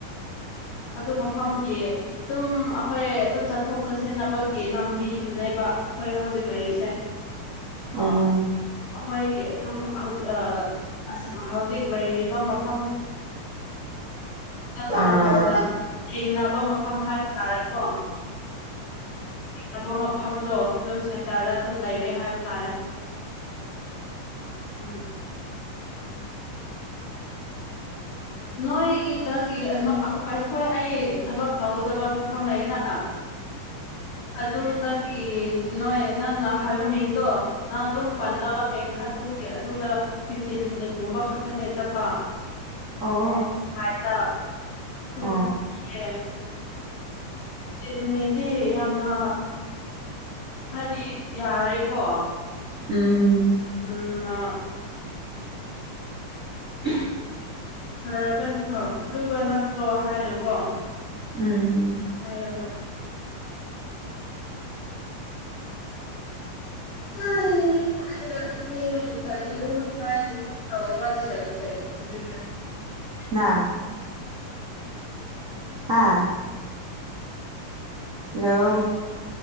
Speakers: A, on the left (about 75°); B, on the right (about 80°).
A: ꯑꯗꯨ ꯃ ꯐꯝꯒꯤ ꯑꯗꯨꯝ ꯑꯈꯣꯏ ꯑꯗꯨꯝ ꯆꯠꯊꯣꯛ ꯆꯠꯁꯤꯟꯅꯕꯒꯤ ꯂꯝꯕꯤꯗꯨꯅꯦꯕ ꯍꯣꯏ ꯍꯧꯖꯤꯛ ꯂꯩꯔꯤꯁꯦ
B: ꯑꯥ
A: ꯑꯈꯣꯏꯒꯤ ꯑꯗꯨꯝ ꯍꯧꯖꯤꯛ ꯑ ꯑꯁꯤ ꯑ ꯍꯧꯖꯤꯛ ꯂꯩꯔꯤꯕ ꯃꯐ ꯆꯠꯄ
B: ꯑꯥ
A: ꯃꯐꯝꯗ ꯊꯦꯡꯅꯕ ꯃꯐꯝ ꯍꯥꯏꯕ ꯇꯥꯔꯦꯀꯣ ꯅꯕ ꯃꯐꯝꯗꯣ ꯑꯗꯨꯝ ꯇꯥꯔ ꯑꯗꯨꯝ ꯂꯩꯔꯦ ꯍꯥꯏꯕ ꯇꯥꯔꯦ ꯎꯝ ꯅꯣꯏꯗꯒꯤ ꯑ ꯅꯣ ꯑ ꯍꯣ ꯑꯩꯈꯣꯏ ꯑꯩ ꯊꯕꯛ ꯇꯧꯒꯗꯕ ꯃꯐꯝ ꯂꯩꯌꯦꯅ ꯑꯥ ꯑꯗꯨꯗꯒꯤ ꯅꯣꯏ ꯅꯪꯅ ꯍꯥꯏꯕ ꯃꯤꯡꯗꯣ ꯅꯪ ꯑꯗꯨꯝ ꯄꯜꯂꯒ ꯃꯤꯡ ꯍꯥ ꯗꯨꯒꯤ ꯑꯗꯨꯗ ꯐꯤꯐꯇꯤꯟ ꯃꯤꯅꯤꯠꯒꯨꯝꯕ ꯈꯛꯇꯅꯦ ꯆꯠꯄ
B: ꯑꯣ
A: ꯐꯥꯏꯗ ꯇ ꯇꯨꯝ
B: ꯑꯥ ꯑꯥ
A: ꯃꯤꯌꯦ ꯇꯦꯟ ꯃꯤꯅꯤꯠꯇꯤ ꯌꯥꯝꯅ ꯍꯥꯏꯗꯤ ꯌꯥꯔꯦꯀꯣ
B: ꯎꯝ
A: ꯎꯝ ꯅ
B: <unintelligible>
A: ꯐꯒꯟ ꯑ ꯑꯗꯨꯒ ꯅꯛꯇ꯭ꯔꯣ ꯍꯥꯏꯅꯀꯣ
B: ꯎꯝ
A: ꯍꯥꯏꯌꯦꯕ ꯑ ꯍ ꯑꯩꯗꯣ ꯏꯔꯨ ꯑ ꯏꯔꯨꯅꯤꯡꯉꯥꯏ ꯇꯧꯔꯒꯗꯤ ꯂꯩꯗꯤ ꯂꯩꯕꯅꯦ ꯍꯨꯖꯤꯛꯁꯦ
B: ꯅꯥ ꯑꯥ ꯍꯜꯂꯣ